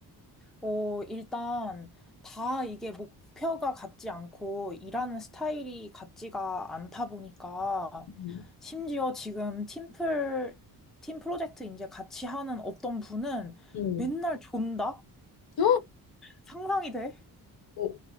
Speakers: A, in the centre; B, on the left (about 60°).
A: 어, 일단 다 이게 목표가 같지 않고 일하는 스타일이 같지가 않다 보니까
B: 응.
A: 심지어 지금 팀플, 팀 프로젝트 이제 같이 하는 어떤 분은
B: 응.
A: 맨날 존다?
B: 헉!
A: 상상이 돼?
B: 어,